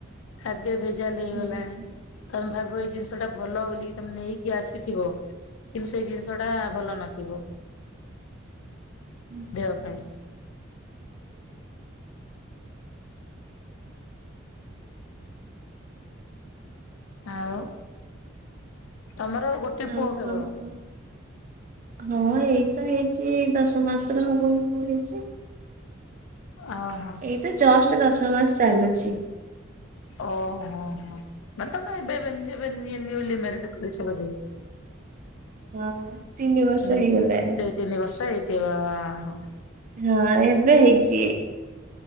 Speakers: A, on the left; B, on the right.
A: ଖାଦ୍ୟ ଭେଜାଲ ହେଇଗଲାଣି
B: ହୁଁ।
A: ତମେ ଭାବିବ ଏଇ ଜିନିଷ ଟା ଭଲ ବୋଲିକି ତମେ ନେଇକି ଆସିଥିବ କିନ୍ତୁ ସେଇ ଜିନିଷ ଟା ଭଲ ନଥିବ।
B: ହୁଁ
A: ଦେବା ପାଇଁ। ଆଉ ତମର ଗୋଟେ
B: ଆଉ
A: ପୁଅ
B: କଣ
A: କେବଳ
B: କୁହ? ହଁ ଏଇତ ହେଇଛି ଦଶ ମାସର ହବ କ ହେଇଛି
A: ଓହୋ
B: ଏ ତ ଜଷ୍ଟ ଦଶ ମାସ ଚାଲୁଛି
A: ଓହୋ ହୋ ମନେ ତମେ ଏବେ ମାନେ ଏବେ ନିଉଲି ମାରେଡ୍ କରିଛ ବୋଧେ
B: ହଁ ତିନି ବର୍ଷ
A: ଉଁ
B: ହେଇଗଲାଣି।
A: ଦୁଇ ତିନି ବର୍ଷ ହେଇଥିବ ଆ ହ।
B: ହଁ ଏବେ ହେଇଛି।